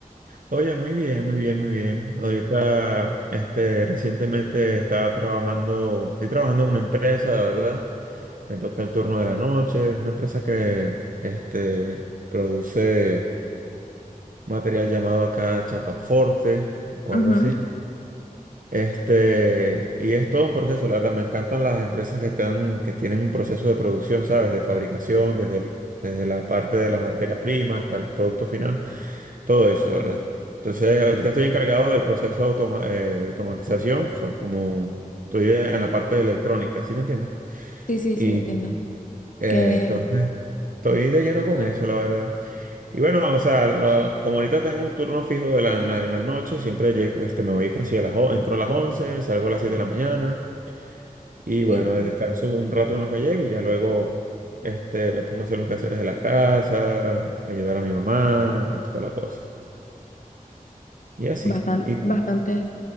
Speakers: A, on the right; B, on the left.
A: Oye, muy bien, muy bien, muy bien. Ahorita, este, recientemente estaba trabajando, estoy trabajando en una empresa, ¿verdad? Me toca el turno de la noche, una empresa que, este, produce material llamado acá chapaforte o
B: Ujú.
A: algo así. Este, y es todo un proceso, la verdad, me encantan las empresas que están, que tienen un proceso de producción, ¿sabes? De fabricación, desde el- desde la parte de la materia prima hasta el producto final. Todo eso, ¿verdad? Entonces, ahorita estoy encargado del proceso de, automa- eh, de automatización, so, como estoy de- en la parte de electrónica, ¿sí me entiendes?
B: Sí, sí,
A: Y
B: sí, entiendo.
A: eh,
B: Que,
A: entonces, estoy de lleno con eso, la verdad. Y bueno, o sea, lo- como ahorita tengo un turno fijo de la, en la, en las noches, siempre llego, este, me voy que si a las, o- entro a las once salgo a las 7 de la mañana, y bueno,
B: híjole,
A: descanso un rato en lo que llego y ya luego este, me pongo a hacer los quehaceres de la casa, ayudar a mi mamá y toda la cosa. Y así.
B: bastante,
A: ¿Y tú?
B: bastante,